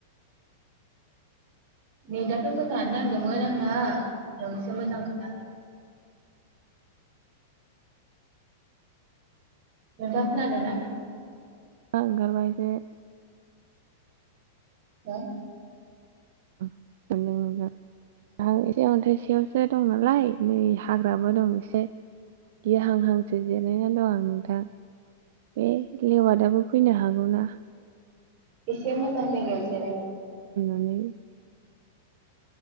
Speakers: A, on the right (about 30°); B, on the right (about 55°).
A: नेटाथ' मोजाङानो नांदोंमोन आंना नोंसो मोजां खोना नोंथाङा खोनादों ना?
B: थाङा ओंखारबा एसेबां
A: हो?
B: <unintelligible> आं एसे अन्थाइसेयावसो दं नालाय नै हाग्राबो दं एसे गि हां हांसो जिनायनानै दं आं नोंथां। बे लेवादाबो फैनो हागौ ना?
A: एसे मोजां जायगायाव जिरायो।
B: <unintelligible>